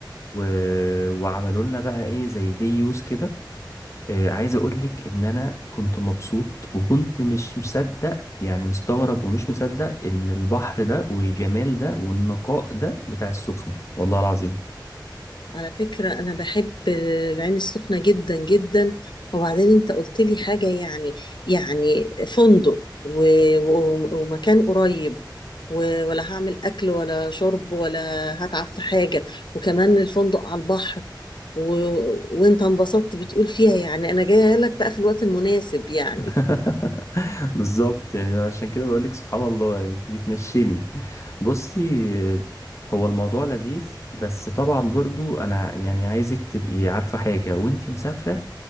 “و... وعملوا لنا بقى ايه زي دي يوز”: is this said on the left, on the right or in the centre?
Left